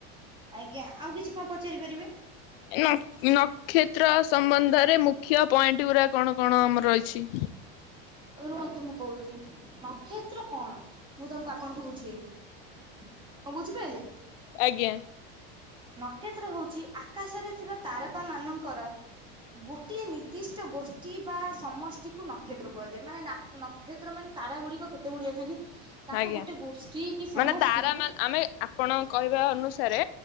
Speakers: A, on the right; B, on the left.
A: ଆଜ୍ଞା ଆଉ କିଛି କଣ ପଚାରି ପାରିବେ?
B: ନ-ନକ୍ଷତ୍ର ସମ୍ବନ୍ଧରେ ମୁଖ୍ୟ ପଏଣ୍ଟ ଗୁରା କଣ କଣ ଆମର ରହିଛି?
A: ରୁହନ୍ତୁ ମୁଁ କହୁଚି ନକ୍ଷତ୍ର କଣ ମୁଁ ତମକୁ ଆପଣଙ୍କୁ ବୁଝେଇ ବି କଣ ବୁଝିପାଇଲେ?
B: ଆଜ୍ଞା।
A: ନକ୍ଷତ୍ର ହଉଚି ଆକାଶରେ ଥିବା ତାରକା ମାନଙ୍କର ଗୋଟିଏ ନିର୍ଦ୍ଦିଷ୍ଟ ଗୋଷ୍ଠୀ ବା ସମଷ୍ଟି କୁ ନକ୍ଷତ୍ର କୁହାଯାଏ। ମାନେ ନାକ ନକ୍ଷତ୍ର ମାନେ ତାରା ଗୁଡିକ କେତେ ଗୁଡିଏ ଅଛନ୍ତି। ତାଙ୍କ
B: ଆଜ୍ଞା
A: ଗୋଟେ ଗୋଷ୍ଠୀ କି
B: ମାନେ
A: ସମଷ୍ଟିକୁ
B: ତାରା ମାନେ ଆମେ ଆପଣଙ୍କ କହିବା ଅନୁସାରେ